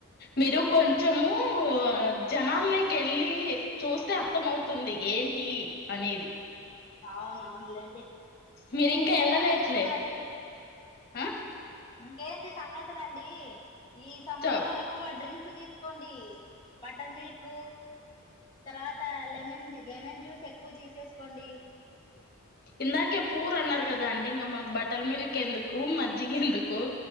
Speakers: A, on the left (about 45°); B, on the left (about 20°).
A: మీరు కొంచెము జనాల్లోకెళ్ళి చూస్తే అర్థంమవుతుంది ఏంటి అనేది
B: అవునవునులేండి
A: మీరు
B: ఇంకేంటి
A: ఇంకా ఎళ్ళలేట్లే
B: సంగతులు మరి
A: ఆ
B: ఇంకేంటి సంగతులండి ఈ సమ్మర్
A: చప్
B: లో ఎక్కువ డ్రింక్స్ తీసుకోండి బటర్ మిల్క్ తర్వాత లెమన్ ది లెమన్ జ్యూస్ ఎక్కువ తిసేసుకోండి
A: ఇందాకే పూర్ అన్నారు గదా అండి ఇంకా మాకు బటర్ మిల్క్ ఎందుకు మజ్జికి ఎందుకు